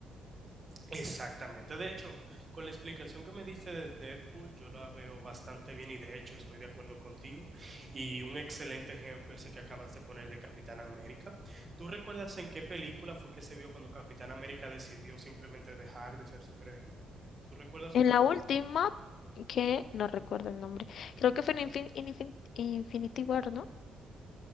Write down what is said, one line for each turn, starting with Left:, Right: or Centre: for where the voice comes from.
Right: Exactamente. De hecho, con la explicación que me diste de Deadpool, yo la veo bastante bien y de hecho estoy de acuerdo contigo. Y un excelente ejemplo ese que acabas de poner de Capitán América. ¿Tú recuerdas en qué película fue que se vio cuando Capitán América decidió simplemente dejar de ser superhéroe? ¿Tú recuerdas
Left: En
Right: cuál
Left: la
Right: fue?
Left: última, que no recuerdo el nombre, creo que fue en Infin- en Infin- Infinity War, ¿no?